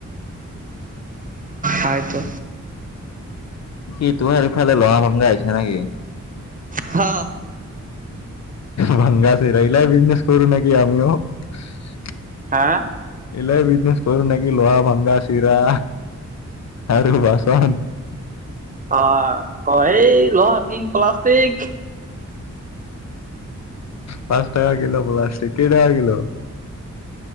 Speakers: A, on the right (about 25°); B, on the left (about 60°).
A: হয়তো।
B: সেইটোৱে এইফালে লহা পাম বুলি আহিছে না কি?
A: হ
B: ভংগাছে ৰা এইলাই বিজনেছ কৰো নেকি আমিও <unintelligible>
A: হা?
B: এইলাই বিজনেচ কৰো নেকি, লহা ভাংগা চিৰা আৰু বাচন।
A: অঁ ক এই লহা টিং প্লাষ্টিক
B: পাঁচ টাকা কিলো প্লাষ্টিক কেই টকা কিলো?